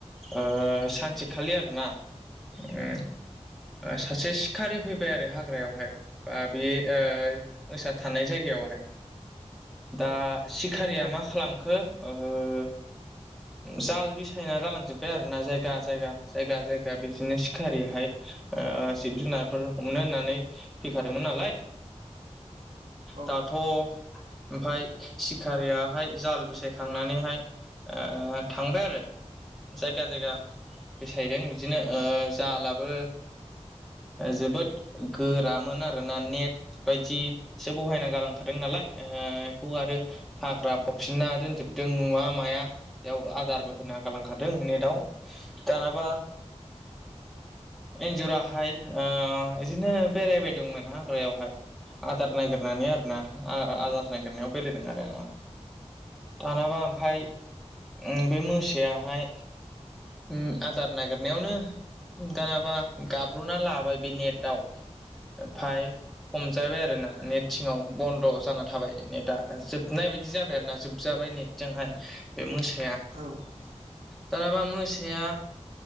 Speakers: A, in the centre; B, on the right (about 75°).
A: ओ सानसेखालि आरोना ओ सासे सिखारि फैयो आरो हाग्रायावहाय बा बे ओ मोसा थानाय जायगायावहाय दा सिखारिया मा खालामो नोंखो ओ जाल बिसायना गालांजोबाय आरो ना जायगा जायगा जायगा जायगा बिदिनो सिखारिहाय जिब जुनारफोर हमनो होननानै फैखादोंमोन नालाय
B: औ
A: दाथ' ओमफाय सिखारियाहाय जाल बिसायखांनानैहाय ओ थांबाय आरो जायगा जायगा बेसायदों बिदिनो ओ जालाबो जोबोद गोरामोन आरो ना नेट बायदि बिदिसो बहायना गालांखादों नालाय बेखौ आरो हाग्रा
B: औ औ
A: फबसिनना दोनजोबदों नुवा माया बेयाव आदारबो होना गालांखादों नेदाव दानाबा एन्जुराहाय ओ इदिनो बेरायबायदोंमोन हाग्रायावहाय। आदार नागिरनानै आरोना आ आदार नागिरनायाव बेरायदों आरो ओ। दानाबा ओमफाय उ बे मोसायाहाय ओम आदार नागिरनायावनो दानाबा गाब्र'नान लाबाय बे नेटआव। ओमफाय हमजाबाय आरो ना नेट सिंङाव बन्द' जाना थाबाय नेटआ जोब नाय बायदि जाबाय आरो ना जोबजाबाय नेटजोंहाय बे मोसाया।
B: औ
A: दानाबा मोसाया